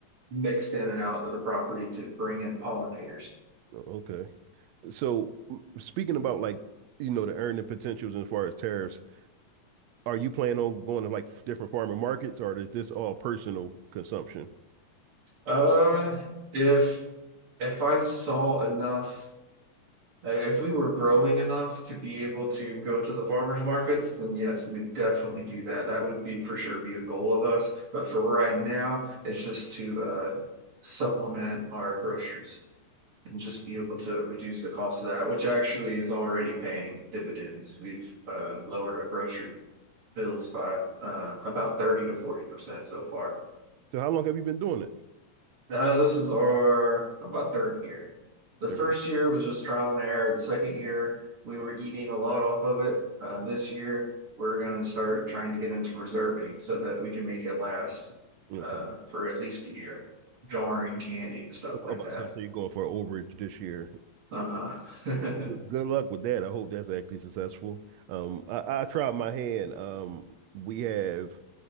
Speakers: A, on the right; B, on the right.
A: mixed in and out of the property to bring in pollinators.
B: Okay. So m- speaking about like, you know, the earning potentials as far as tariffs, are you planning on going to like f- different farmer markets or is this all personal consumption?
A: Uh, if if I saw enough Now, if we were growing enough to be able to go to the farmers markets, then yes, we'd definitely do that. That would be for sure be a goal of us. But for right now, it's just to uh, supplement our groceries and just be able to reduce the cost of that, which actually is already paying dividends. We've uh, lowered our grocery bills by uh, about 30 to 40% so far.
B: So how long have you been doing it?
A: Uh, this is our about third year. The
B: Thirty.
A: first year was just trial and error. The second year, we were eating a lot off of it. Uh, this year, we're going to start trying to get into preserving so that we can make it last
B: Okay.
A: uh, for at least a year. Jarring, canning, stuff like
B: about
A: that.
B: to so you're going for an overage this year.
A: Uh-huh. <laughs>
B: Well, Good, good luck with that. I hope that's actually successful. Um, I, I tried my hand. Um, we have